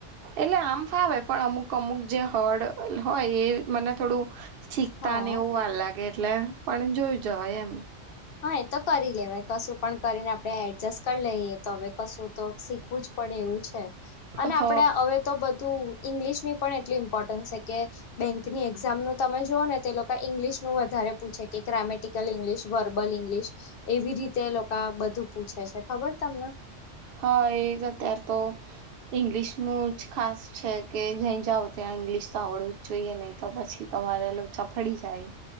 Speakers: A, on the right (about 60°); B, on the left (about 60°).
A: એટલે આમ ફાવે પણ અમુક અમુક જે. થડ હોય એ મને થોડું શીખતા
B: હા
A: ને એવું વાર લાગે. એટલે પણ જોયું જવાય એમ.
B: હા એ તો કરી લેવાય કશું પણ કરીને આપડે એડજસ્ટ કરી લઈએ. હવે કશું તો શીખવું જ પડે એવું છે અને
A: હ
B: આપડે હવે. તો બધું ઈંગ્લિશ ની પણ એટલું ઇમ્પોર્ટન્સ છે કે બેંકની એક્ઝામ નું તમે જોઓ ને તે લોકો. ઇંગ્લિશનું વધારે પૂછે કે ગ્રામેટિકલ ઇંગ્લિશ. વર્બલ ઇંગ્લિશ એવી રીતે લોકો બધું પૂછે છે ખબર તમને.
A: હા એ જ અત્યાર તો. ઇંગ્લિશનું જ ખાસ છે કે જ્યાં જાવ ત્યાં ઇંગ્લિશ તો આવડવું જ જોઈએ ને. તો પછી અમારે લોચા પડી જાય.